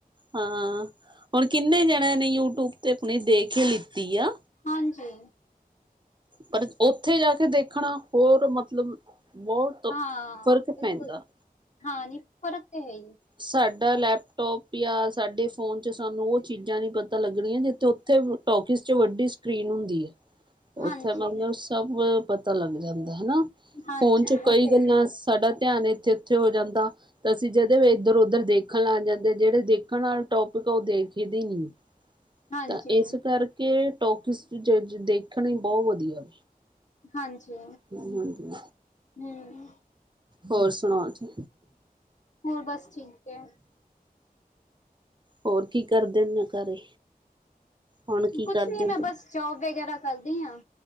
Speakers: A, on the right (about 30°); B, on the left (about 50°).
A: ਹਾਂ, ਹੁਣ ਕਿੰਨੇ ਜਣਿਆਂ ਨੇ ਯੂਟਿਊਬ ਤੇ ਆਪਣੀ ਦੇਖ ਏ ਲਿੱਤੀ ਆ।
B: ਹਾਂਜੀ।
A: ਪਰ ਉੱਥੇ ਜਾ ਕੇ ਦੇਖਣਾ, ਹੋਰ ਮਤਲਬ ਬਹੁਤ
B: ਹਾਂ,
A: ਫ਼ਰਕ
B: ਬਿਲਕੁੱਲ,
A: ਪੈਂਦਾ
B: ਹਾਂ ਨੀ ਫ਼ਰਕ ਤੇ ਹੈ ਈ।
A: ਸਾਡਾ ਲੈਪਟੋਪ ਜਾਂ ਸਾਡੇ ਫੋਨ ਚ ਸਾਨੂੰ ਉਹ ਚੀਜ਼ਾਂ ਨ ਪਤਾ ਲੱਗਣੀਆਂ ਜਿੱਥੇ ਉੱਥੇ ਟੋਕੀਸ ਚ ਵੱਡੀ ਸਕਰੀਨ ਹੁੰਦੀ ਹੈ।
B: ਹਾਂਜੀ,
A: ਉੱਥੇ ਮਤਲਬ ਸਭ ਪਤਾ ਲੱਗ ਜਾਂਦਾ ਹੈਨਾ
B: ਹਾਂਜੀ
A: ਫੋਨ ਚੋਂ ਕਈ
B: ਉਹ ਤੇ
A: ਗੱਲਾਂ ਸਾਡਾ ਧਿਆਨ ਇੱਥੇ ਉੱਥੇ ਹੋ ਜਾਂਦਾ ਤੇ ਅਸੀਂ ਜਦ ਏਧਰ-ਉੱਧਰ ਦੇਖਣ ਲਗ ਜਾਂਦੇ, ਜਿਹੜੇ ਦੇਖਣ ਵਾਲੇ ਟੋਪਿਕ ਆ ਉਹ ਦੇਖ ਦੇ ਨੀ।
B: ਹਾਂਜੀ,
A: ਤਾਂ ਇਸ ਕਰਕੇ ਟੋਕੀਸ ਜਜ ਦੇਖਣੀ ਬਹੁਤ ਵਧੀਆ।
B: ਹਾਂਜੀ
A: ਵੇ। ਹਾਂਜੀ
B: ਹੂੰ
A: ਹੋਰ ਸੁਣਾ ਜੀ।
B: ਹੋਰ ਬਸ ਠੀਕ ਹੈ।
A: ਹੋਰ ਕੀ ਕਰਦੇ ਹੁੰਨੇ ਘਰੇ ਹੁਣ ਕੀ
B: ਕੁਛ
A: ਕਰਦੇ
B: ਨੀ
A: ਹੋ?
B: ਮੈਂ ਬਸ ਜੋੌਬ ਵਗੈਰਾ ਕਰਦੀ ਹਾਂ।